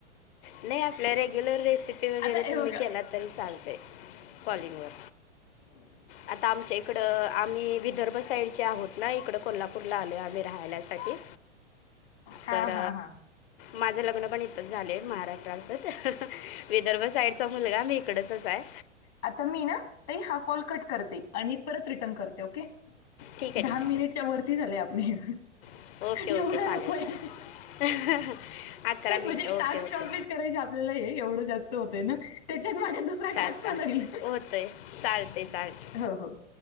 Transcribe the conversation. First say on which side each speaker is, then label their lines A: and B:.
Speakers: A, on the left (about 55°); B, on the left (about 70°).
A: नाही आपल्या रेग्युलर रेसिपी वगैरे
B: आता हे
A: तुम्ही
B: बघा
A: केलात तरी चालतय कॉलिंगवर.
B: ह
A: आता आमच्या इकडं आम्ही विदर्भ साईडचे आहोत ना. इकडं कोल्हापूरला आलो आम्ही राहायण्यासाठी,
B: हां,
A: तर
B: हां, हां.
A: माझं लग्न पण इथच झालय महाराष्ट्रातच विदर्भ साईडचा मुलगा मी इकडचाच हाय.
B: आता मी ना त हा कॉल कट करते, आणि परत रिटर्न करते ओके.
A: ठीक
B: दहा
A: आहे ठीक
B: मिनिटच्या वरती झालय आपल हे
A: आहे ओके ओके
B: एवढं
A: चालेल
B: नकोये
A: चालेल अकरा मिनटं
B: म्हणजे टास्क
A: ओके ओके
B: कमप्लीट करायचं आपल्याला एवढ जास्त होत ना, त्याच्यात माझं दुसरा टास्क
A: होतय
B: पण होईल
A: चालतय चालतय.
B: हो हो.